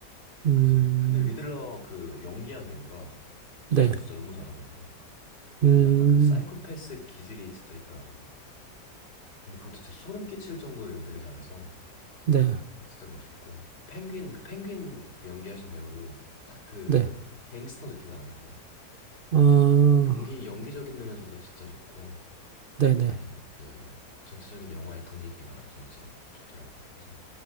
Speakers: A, on the right; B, on the left.
A: 음,
B: 그래서, 리- 근데 리들러 그 연기한 배우가 진짜
A: 네,
B: 진짜 너무 잘하더라고요.
A: 음,
B: 그 약간 그 사이코패스 기질이 진짜 있더라고요. 근데 그것도 진짜 소름 끼칠 정도로 연기를 잘해서
A: 네,
B: 진짜 멋있고. 펭귄, 그 펭귄 그 연기하신 배우도 딱 그
A: 네,
B: 갱스터 느낌 나더라고요. 그래서
A: 어,
B: 연기, 연기적인 면에서도 진짜 좋고,
A: 네, 네,
B: 저는 그 전체적인 영화의 분위기가 전체가 좋더라고요. 그래서